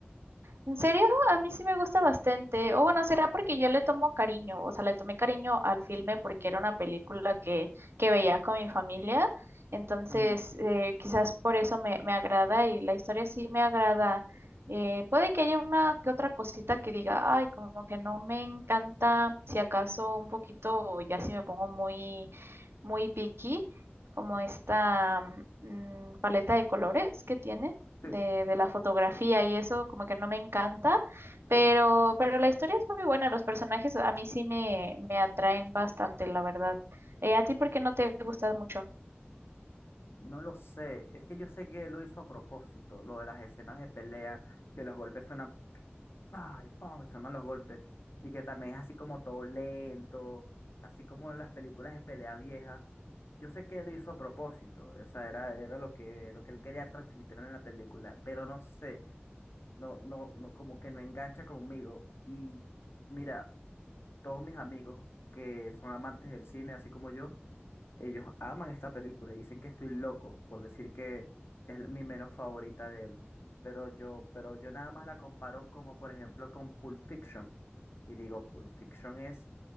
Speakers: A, on the right; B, on the left.
A: ¿En serio? A mí sí me gusta bastante. O bueno, será porque yo le tomo cariño, o sea, le tomé cariño al filme porque era una película que, que veía con mi familia. Entonces,
B: Mm,
A: eh, quizás por eso me, me agrada y la historia sí me agrada. Eh, puede que haya una que otra cosita que diga, ay, como que no me encanta, si acaso un poquito, o ya si me pongo muy, muy picky, como esta mm, paleta de colores que tiene
B: sí,
A: de, de la fotografía y eso como que no me encanta, pero,
B: mm,
A: pero la historia es muy buena, los personajes a mí sí me, me atraen bastante, la verdad. Eh, ¿a ti por qué no te gusta mucho?
B: no lo sé. Es que yo sé que lo hizo a propósito, lo de las escenas de pelea, que los golpes suenan pa y pa y suenan los golpes. Y que también es así como todo lento, así como en las películas de pelea viejas. Yo sé que lo hizo a propósito, o sea, era, era lo que, lo que él quería transmitir en la película, pero no sé. no, no, no, como que no engancha conmigo. Y mira, todos mis amigos que son amantes del cine, así como yo, ellos aman esta película y dicen que estoy loco por decir que es la- mi menos favorita de él. Pero yo, pero yo nada más la comparo como, por ejemplo, con Pulp Fiction. Y digo, Pulp Fiction es